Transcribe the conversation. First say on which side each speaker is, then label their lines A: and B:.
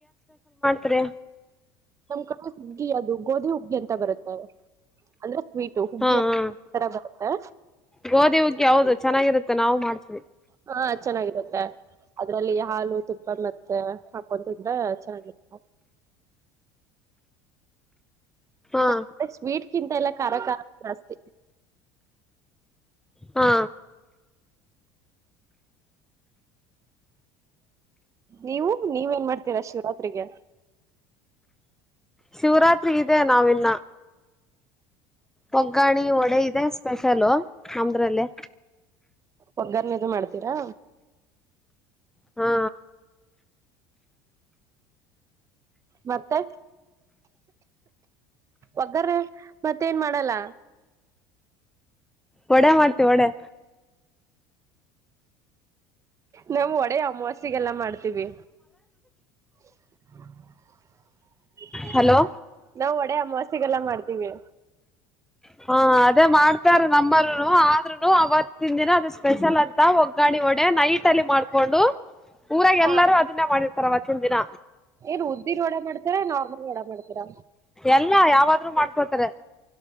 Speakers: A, in the centre; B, on the right.
A: ತ್ರೆ.
B: ನಮ್ ಕಡೆ ಹುಗ್ಗಿ ಅದು ಗೋಧಿ ಹುಗ್ಗಿ ಅಂತ ಬರುತ್ತೆ ಅಂದ್ರೆ. ಸ್ವೀಟು ಹುಗ್ಗಿ
A: ಹಾ ಹಾ
B: ತರ ಬರುತ್ತೆ
A: ಗೋದಿ ಹುಗ್ಗಿ ಹೌದು ಚೆನ್ನಾಗಿರುತ್ತೆ ನಾವು ಮಾಡತಿ.
B: ಹಾ ಚೆನ್ನಾಗಿರುತ್ತೆ. ಅದ್ರಲ್ಲಿ ಹಾಲು ತುಪ್ಪ ಮತ್ತೆ ಹಾಕೊಂತಿಂದ್ರೆ ಚೆನ್ನಾಗಿರುತ್ತೆ. <inaudible>
A: ಹಾ
B: ನಮ್ ಕಡೆ ಸ್ವೀಟ್ಕಿಂತ ಎಲ್ಲ ಖಾರ ಖಾರ ಜಾಸ್ತಿ.
A: ಹಾ.
B: ನೀವು ನೀವೇನ್ ಮಾಡ್ತೀರಾ ಶಿವರಾತ್ರಿ ಗೆ.
A: ಶಿವರಾತ್ರಿಗಿದೆ ನಾವಿನ್ನ. ವಗ್ಗರಣಿ ವಡೆ ಇದೆ ಸ್ಪೆಷಲು ನಂದ್ರಲ್ಲಿ.
B: ಒಗ್ಗರನಿದು ಮಾಡ್ತೀರಾ.
A: ಹಾ.
B: ಮತ್ತೆ. ಒಗ್ಗರಣೆ ಮತ್ತೇಏನ್ ಮಾಡಲ್ಲ.
A: ವಡೆ ಮಾಡ್ತೀವ ವಡೆ.
B: ನಾವ್ ಒಡೆೆ ಅಮವಾಸ್ಯೆಗೆಲ್ಲ ಮಾಡ್ತೀವಿ. <inaudible>
A: ಹಲೋ
B: ನಾವು ಒಡೆ ಅಮವಾಸ್ಯೆಗೆಲ್ಲ ಮಾಡ್ತೀವಿ.
A: ಹಾ ಆದ್. ಅದೇ ಮಾಡ್ತಾರೆ ನಮ್ಮರರು ಆದ್ರೂನು ಅವತ್ತಿನ ದಿನ ಅದು ಸ್ಪೆಷಲ್ ಅಂತ ಒಗ್ಗರಣಿ ವಡೆ ನೈಟ್. ತಲ್ಲಿ ಮಾಡ್ಕೊಂಡು ಊರಾಗ
B: ಹಾ
A: ಎಲ್ಲರೂ ಅದನ್ನೇ ಮಾಡಿರ್ತಾರ ಅವತ್ತಿನ ದಿನ.
B: ಏನ್ ಉದ್ದಿನ್ ವಡೆ ಮಾಡ್ತೀರಾ ನಾರ್ಮಲ್ ವಡಾ ಮಾಡ್ತೀರಾ.
A: ಎಲ್ಲಾ ಯಾವಾದ್ರು ಮಾಡ್ಕೊತಾರೆ